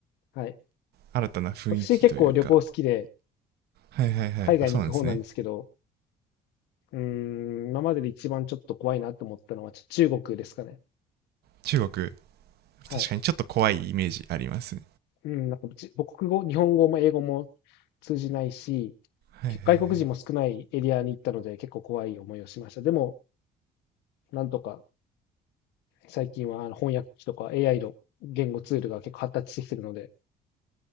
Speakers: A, on the left; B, on the right.
A: はい。
B: 新たな雰囲気というか
A: 私結構旅行好きで、
B: はいはいはいあそうなんですね
A: 海外に行く方なんですけど、うーん、今までで一番ちょっと怖いなと思ったのはちょ中国ですかね。
B: 中国確
A: はい。
B: かにちょっと怖いイメージあります
A: うん、なんかじ母国語、日本語も英語も通じないし、
B: はいはいはい
A: け外国人も少ないエリアに行ったので結構怖い思いをしました。でも、なんとか最近はあの翻訳機とか AI の言語ツールが結構発達してきてるので、